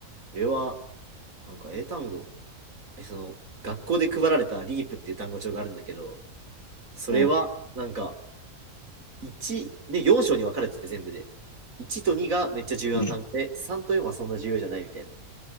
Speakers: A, on the right; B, on the left.
A: れは、なんか英単語、え、その、学校で配られたリープっていう単語帳があるんだけど、それは、
B: の。
A: なんか、1、ね、4章に分かれてて全部で。1と2がめっちゃ重要な単語で、
B: うん、うん、
A: 3と4はそんな重要じゃないみたいな。